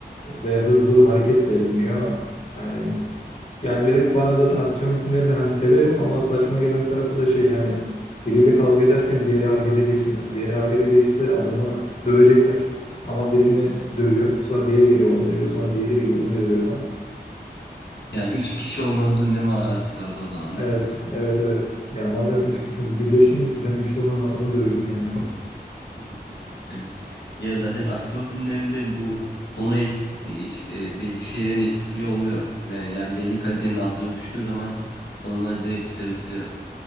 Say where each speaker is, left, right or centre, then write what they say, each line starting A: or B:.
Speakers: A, on the left; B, on the left.
A: ve hızlı hareket de etmiyor. Yani yani hep bana zaten aksiyon filmlerini hani severim ama saçma gelen tarafı da şey hani biriyle kavga ederken diğeri harekete geçmiyor. Yani diğeri harekete geçse adamı dövecekler. Ama birini dövüyor. Sonra diğeri geliyor onu dövüyor. Sonra diğeri geliyor onu dövüyor falan.
B: Yani üç kişi olmanızın ne manası kaldı o zaman
A: Evet,
B: değil mi?
A: evet, evet. Yani madem üç kişisiniz birleşin sizden güçlü olan adamı dövün yani.
B: <laughs> Evet. Ya zaten aksiyon filmlerinde bu konu eksikliği, işte belli şeylerin eksikliği oluyor. Ben yani belli kalitenin altına düştüğü zaman onlar direkt sırıtıyor.